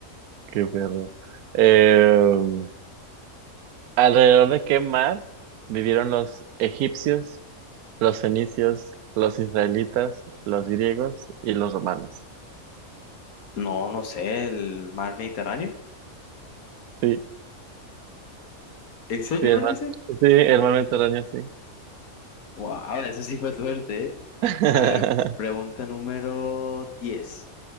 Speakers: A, on the right (about 85°); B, on the left (about 75°).
A: qué perro. Eh, ¿alrededor de qué mar vivieron los egipcios, los fenicios, los israelitas, los griegos y los romanos?
B: No, no sé, el mar Mediterráneo.
A: Sí,
B: ¿En serio
A: sí, el
B: era
A: mar,
B: ese?
A: sí, el mar Mediterráneo, sí.
B: Wow, eso sí fue suerte, ¿eh?
A: <laughs>
B: A ver, pregunta número 10.